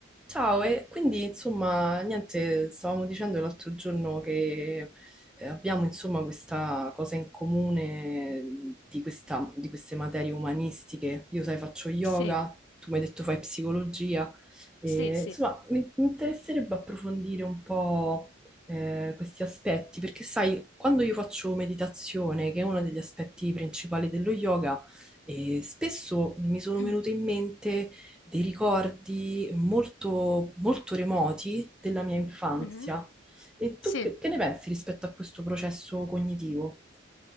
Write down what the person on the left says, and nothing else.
Sì,
sì, sì,
<clears throat>
Mhm.
sì.